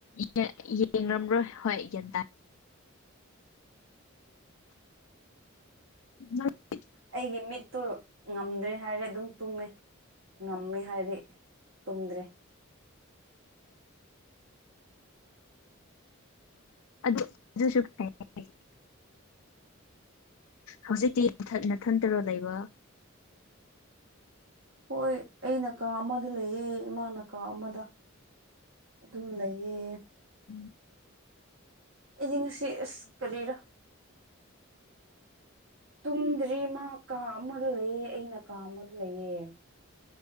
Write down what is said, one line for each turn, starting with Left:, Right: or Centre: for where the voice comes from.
Left: ꯌꯦꯡ ꯌꯦꯡꯔꯝꯔꯣꯏ ꯍꯣꯏ ꯒꯌ꯭ꯥꯟ ꯇꯥꯏ <unintelligible>
Right: ꯑꯩꯒꯤ ꯃꯤꯠꯇꯨ ꯉꯝꯗ꯭ꯔꯦ ꯍꯥꯏꯔꯦ ꯑꯗꯨꯝ ꯇꯨꯝꯃꯦ ꯉꯝꯃꯦ ꯍꯥꯏꯔꯦ ꯇꯨꯝꯗ꯭ꯔꯦ
Left: ꯑꯗꯨ ꯑꯗꯨꯁꯨ ꯐꯩ ꯍꯧꯖꯤꯛꯇꯤ ꯅꯊꯟ ꯅꯊꯟꯇꯔꯣ ꯂꯩꯕ
Right: ꯍꯣꯏ ꯑꯩꯩꯅ ꯀꯥ ꯑꯃꯗ ꯂꯩꯌꯦ ꯏꯃꯥꯅ ꯀꯥ ꯑꯃꯗ ꯑꯗꯨꯝ ꯂꯩꯌꯦ
Left: ꯎꯝ
Right: ꯑꯩꯗꯤ ꯉꯁꯤ ꯑꯁ ꯀꯔꯤꯔ ꯇꯨꯝꯗ꯭ꯔꯤ ꯃꯥ ꯀꯥ ꯑꯃꯗ ꯂꯩꯌꯦ ꯑꯩꯅ ꯀꯥ ꯑꯃꯗ ꯂꯩꯌꯦ